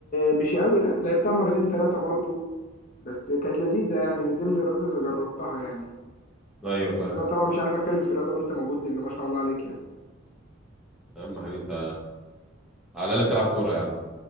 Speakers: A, on the left; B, in the centre.
A: مش قوي لا لعبتها مرتين ثلاثة برضو بس كانت لذيذة يعني من ضمن الرياضات اللي جربتها يعني
B: ايوه فاهم
A: انا طبعا مش عارف اتكلم في الرياضه وانت موجود لان ما شاء الله عليك يعني
B: يا عم حبيبي انت على الاقل بتلعب كوره يا عم